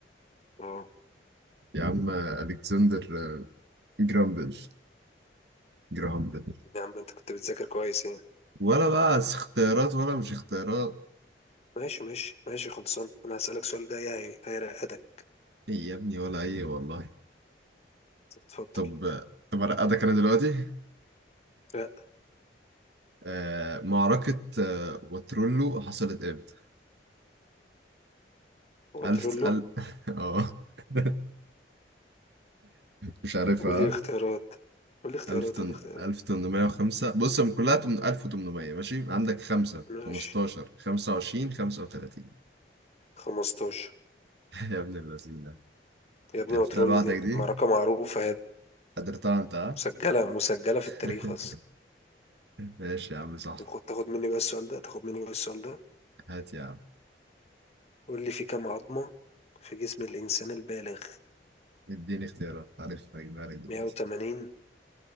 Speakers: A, on the left; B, on the right.
A: اه
B: يا عم الكسندر آه، جرامبل جرامبل
A: يا عم انت كنت بتذاكر كويس يعني
B: ولا بقى اختيارات ولا مش اختيارات
A: ماشي ماشي ماشي خلصان انا هسألك سؤال جاي هي- هيرقدك
B: ايه يا ابني ولا ايه والله
A: طب اتفضل
B: طب طب ارقدك انا دلوقتي
A: لا
B: آه معركة آه واترولو حصلت امتى؟
A: هو
B: ألف
A: تقول له
B: ألف <laughs> اه <laughs> مش عارفها
A: قول لي اختيارات قول لي اختيارات
B: 1805
A: قول لي اختيارات
B: بص هم كلها تمن- 1800 ماشي عندك 5
A: ماشي
B: 15 25 35
A: 15
B: <laughs> يا ابن اللذينة
A: يا ابني
B: عرفتها
A: وترولو
B: لوحدك
A: دي
B: دي
A: معركة معروفة هي
B: قدرتها انت آه؟
A: مسجلة مسجلة في
B: <laughs>
A: التاريخ أصلا
B: ماشي يا عم صح
A: طب خد تاخد مني بقى السؤال ده تاخد مني بقى السؤال ده
B: هات يا عم
A: قول لي في كام عظمة في جسم الإنسان البالغ
B: اديني اختيارات عارف هجيبها لك دلوقتي
A: 180